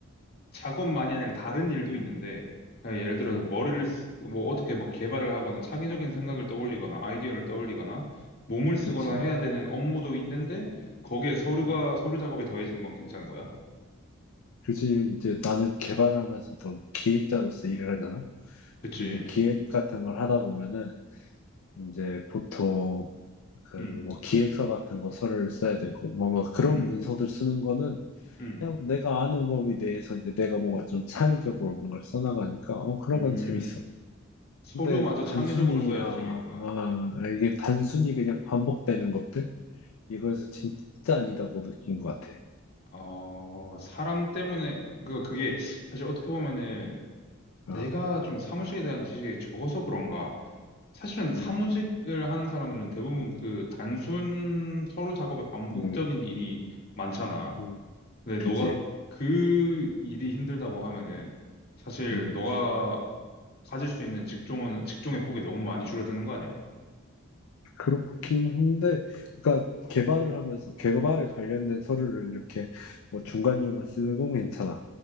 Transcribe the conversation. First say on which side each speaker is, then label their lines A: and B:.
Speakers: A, on the left; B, on the left.
A: 작업만이 아니라 다른 일도 있는데 아, 예를 들어서
B: 음,
A: 머리를 쓰- 뭐 어떻게 뭐 개발을 하거나 창의적인 생각을 떠올리거나 아이디어를 떠올리거나 몸을 쓰거나
B: 그렇지.
A: 해야 되는 업무도 있는데 거기에 서류가
B: 음,
A: 서류 작업이 더해지는 건 괜찮은 거야?
B: 그렇지. 이제 나는 개발하면서도 기획자로서 일을 하잖아.
A: 그치.
B: 이제 기획 같은 걸 하다 보면은 이제 보통 그
A: 음,
B: 뭐 기획서 같은 거 서류를 써야 되고 뭔가 그런
A: 음,
B: 문서들 쓰는 거는
A: 음,
B: 그냥 내가 아는 범위 내에서 이제 내가 뭔가 좀 창의적으로 뭔가를 써나가니까 어 그런
A: 음.
B: 건 재밌어.
A: 서류마저
B: 근데
A: 창의적으로
B: 단순히
A: 써야지
B: 아, 아
A: 재밌구나.
B: 아, 이게 단순히 그냥 반복되는 것들 이거에서 진짜 아니다고 느낀 것 같아.
A: 어, 사람 때문에 그 그게 사실 어떻게 보면은 내가
B: 아,
A: 좀 사무실에 대한 지식이 적어서 그런가 사실은 사무직을
B: 음,
A: 하는 사람들은 대부분 그 단순 서류 작업의 반복적인
B: 음,
A: 일이 많잖아.
B: 음,
A: 근데
B: 그지.
A: 너가 그 일이 힘들다고 하면은 사실
B: 음,
A: 너가 가질 수 있는 직종은 직종의 폭이 너무 많이 줄어드는 거 아니야?
B: 그렇긴 한데, 그러니까 개발을 하면서 개발에 관련된 서류를 이렇게 뭐 중간중간 쓰는 건 괜찮아.